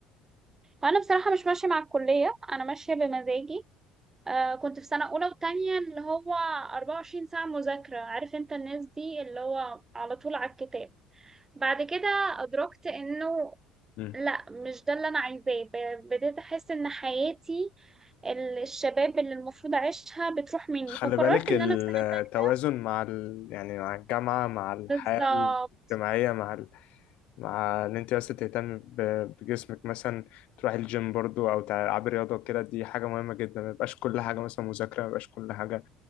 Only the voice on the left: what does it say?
مم.
خلي
بالك
التوازن
مع ال... يعني مع الجامعة مع الحياة
الاجتماعية مع ال... مع ان انت بس تهتمي ب... بجسمك مثلا تروحي الجيم برضو او تلعبي رياضة وكده دي حاجة مهمة جدا ما يبقاش كل حاجة مثلا مذاكرة ما يبقاش كل حاجة